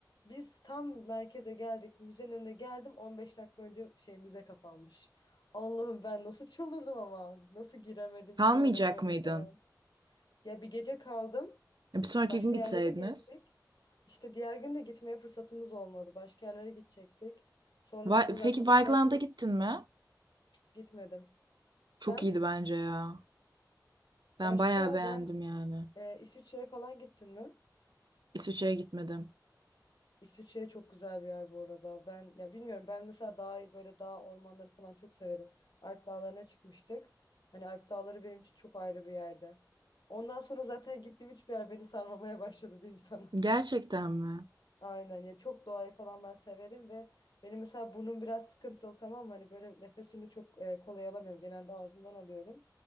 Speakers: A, on the left; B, on the right.
A: Biz tam merkeze geldik. Müzenin önüne geldim. 15 dakika önce şey müze kapanmış. Allah'ım ben nasıl çıldırdım ama. Nasıl giremedim
B: Kalmayacak
A: şöyle böyle
B: mıydın?
A: falan. Ya bir gece kaldım.
B: E, Bir sonraki
A: Başka
B: gün gitseydiniz.
A: yerleri gezdik. İşte diğer gün de gitmeye fırsatımız olmadı. Başka yerlere gidecektik. Sonrasında
B: Va-
A: zaten
B: Peki Vigeland'a
A: uçak
B: gittin mi?
A: gitmedim. Sen?
B: Çok iyiydi bence ya. Ben
A: Başka
B: bayağı beğendim
A: ben
B: yani.
A: e, İsviçre'ye falan gittin mi?
B: İsviçre'ye gitmedim.
A: İsviçre çok güzel bir yer bu arada. Ben ya bilmiyorum ben mesela daha böyle dağ ormanları falan çok severim. Alp dağlarına çıkmıştık. Hani Alp dağları benim için çok ayrı bir yerde. Ondan sonra zaten gittiğim hiçbir yer beni sarmamaya başladı diyeyim sana.
B: Gerçekten mi?
A: Aynen ya çok doğayı falan ben severim ve benim mesela burnum biraz sıkıntılı tamam mı? Hani böyle nefesimi çok e, kolay alamıyorum. Genelde ağzımdan alıyorum.